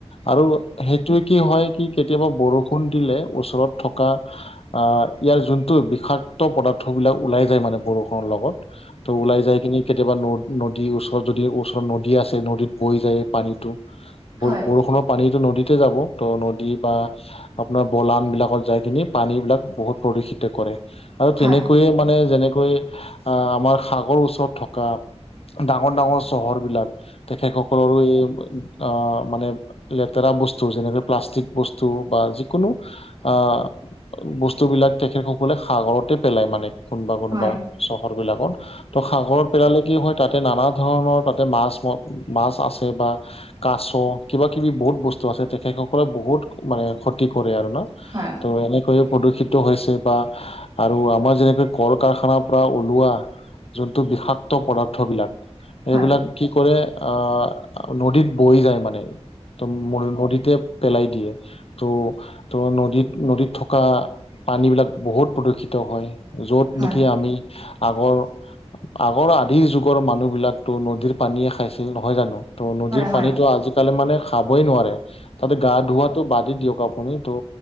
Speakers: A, on the left; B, on the right.
A: আৰু হেই টোৱে কি হয় কি কেতিয়াবা বৰষুণ দিলে ওচৰত থকা আ, ইয়াৰ যোনটো বিষাক্ত পদাৰ থবিলাক ওলাই যায় মানে বৰষুণৰ লগত, ত' ওলাই যাই কিনি কেতিয়াবা নদ নদী ওচৰত যদি ওচৰত নদী আছে নদীত বৈ যায় পানীত। বৰষুণৰ
B: হয়
A: পানীটো নদীতে যাব ত' নদী বা আপোনাৰ বলানবিলাকত যাই কিনি পানীবিলাক বহুত প্ৰদূষিত কৰে আৰু
B: হয়
A: তেনে
B: হয় হয় হয়
A: মানে যেনেকৈ আ, আমাৰ সাগৰ ওচৰত থকা ডাঙৰ ডাঙৰ চহৰবিলাক তেখেতসকলৰো এই আ, মানে লেতেৰা বস্তু যেনেকৈ প্লাষ্টিক বস্তু বা যিকোনো আ, বস্তুবিলাক তেখেতসকলে সাগৰতে পেলায় মানে। কোনবা কোনবা
B: হয় হয় হয়
A: চহৰবিলাকত, ত' সাগৰত পেলালে কি হয় তাতে নানা ধৰণৰ তাতে মাছ মাছ আছে বা কাছ কিবা কিবি বহুত বস্তু আছে, তেখেতসকলে বহুত মানে ক্ষতি কৰে আৰু ন'?
B: হয়।
A: ত' এনেকৈয়ে প্ৰদূষিত হৈছে বা আৰু আমাৰ যেনেকৈ কল কাৰখানাৰপৰা ওলোৱা যোনটো বিষাক্ত পদাৰ্থবিলাক,
B: হয়
A: এইবিলাক
B: হয়
A: কি কৰে আ, নদীত বৈ যায় মানে, ত' নদীতে পেলাই দিয়ে, ত' ত' নদীত নদীত থকা পানীবিলাক বহুত প্ৰদূষিত হয়, য'ত
B: হয়
A: নেকি
B: হয় হয়
A: আমি আগৰ আগৰ আধিৰ যুগৰ মানুহবিলাকতো নদীৰ পানীয়ে খাইছে। নহয় জানো, ত' নদীৰ
B: হয় হয় হয়
A: পানীটো
B: হয় হয় হয় হয়
A: আজিকালি মানে খাবই নোৱাৰে। তাতে গা ধোৱাটো বাদে দিয়ক আপুনি ত'